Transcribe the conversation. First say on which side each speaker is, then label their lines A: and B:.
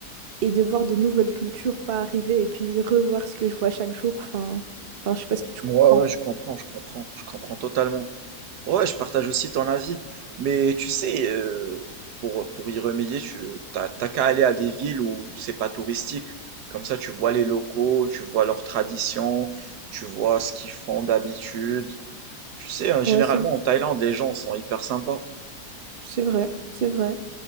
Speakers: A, on the right; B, on the right.
A: et de voir de nouvelles cultures pas arriver et puis revoir ce que je vois chaque jour. Enfin, enfin, je sais pas si tu comprends.
B: Ouais, ouais, je comprends, je comprends, je comprends totalement. Ouais, je partage aussi ton avis. Mais tu sais, euh, pour, pour y remédier, tu t'as, t'as qu'à aller à des villes où c'est pas touristique. Comme ça, tu vois les locaux, tu vois leurs traditions, tu vois ce qu'ils font d'habitude. Tu sais, hein, généralement
A: Ouais, c'est
B: en Thaïlande, les gens sont hyper sympas.
A: c'est vrai, c'est vrai,